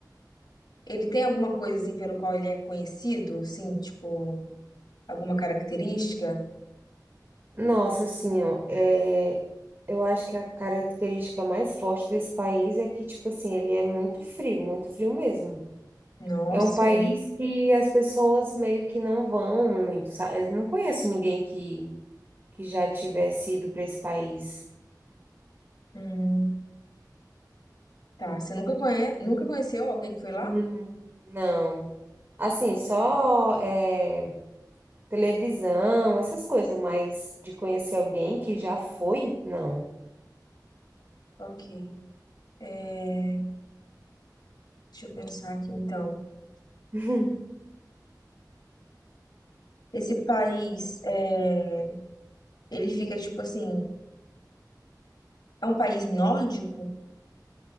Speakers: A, on the left; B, on the right.
A: ele tem alguma coisa assim pelo qual ele é conhecido? Assim, tipo, alguma característica?
B: Nossa, assim, ó, é, eu acho que a característica mais forte desse país é que, tipo assim, ele é muito frio, muito frio mesmo.
A: Nossa.
B: É um país que as pessoas meio que não vão muito, sabe? Eu não conheço ninguém que, que já tivesse ido para esse país.
A: Hum, tá. Você nunca conhe... nunca conheceu alguém que foi lá?
B: Não. Não. Assim, só é, televisão, essas coisas, mas de conhecer alguém que já foi, não.
A: Ok. É, deixa eu pensar aqui então.
B: <laughs>
A: Esse país, é, ele fica tipo assim, é um país nórdico?